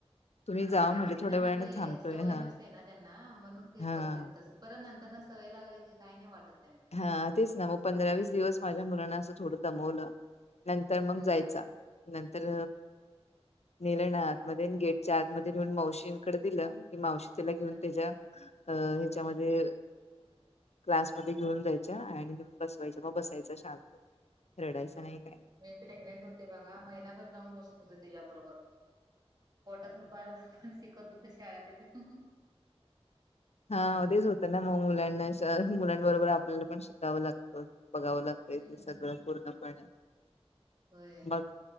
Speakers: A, on the left; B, on the right.
A: तुम्ही
B: आणि
A: जावा म्हटले
B: कसं
A: थोड्या
B: त्यांना
A: वेळाने
B: ते
A: थांबतोय
B: सवय
A: हा
B: नसते ना, त्यांना म्हणून ते
A: हा.
B: करत्यात तसं परत नंतर ना सवय लागली की, काही नाही वाटत त्यांना.
A: हा तेच ना मग पंधरा वीस दिवस माझ्या मुलांना असं थोडं दमवलं नंतर मग
B: हम्म
A: जायचा नंतर नेल ना आतमध्ये गेटच्या आतमध्ये नेऊन मावशीकडे दिलं की मावशी त्याला घेऊन
B: ह
A: त्याच्या अ ह्याच्यामध्ये क्लास मध्ये घेऊन जायच्या आणि बसवायच्या मग बसायचा शांत रडायचं
B: हम्म
A: नाही काय
B: मी प्रेग्नेंट होते बघा महिनाभर जाऊन बसत होते तुझ्या बरोबर पोटातलं बाळ पन शिकत होत शाळा तिथं
A: हा तेच होत ना मग मुलांना मुलांबरोबर आपल्याला पण शिक जावं लागत, बघावं लागत, इथे
B: हम्म
A: सगळं पूर्णपणे
B: होय
A: मग